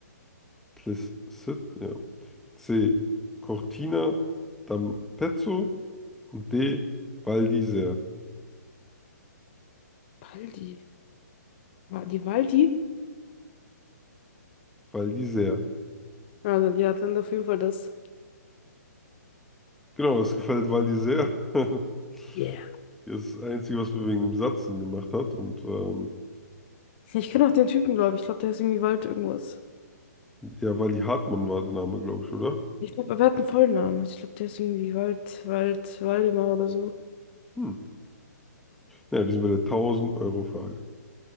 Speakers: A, in the centre; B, on the left.
A: Placid, ja. C. Cortina d'Ampezzo. Und D. Val d'Isère.
B: Baldi. Wa- Die Waldi?
A: Val d'Isère.
B: Ja, dann, ja, dann auf jeden Fall das.
A: Genau, es gefällt Waldi sehr. <laughs>
B: Yeah.
A: Ja, Das ist das Einzige, was wir wegen dem Satz Sinn gemacht hat. Und ähm,
B: Ich kenne auch den Typen, glaube ich. Ich glaube, der ist irgendwie Wald irgendwas.
A: ja, Waldi Hartmann war der Name, glaube ich, oder?
B: Ich glaube, er hat einen vollen Namen. Also ich glaube, der ist irgendwie Wald, Wald, Waldemar oder so.
A: Hm. Ja, wir sind bei der tausend euro frage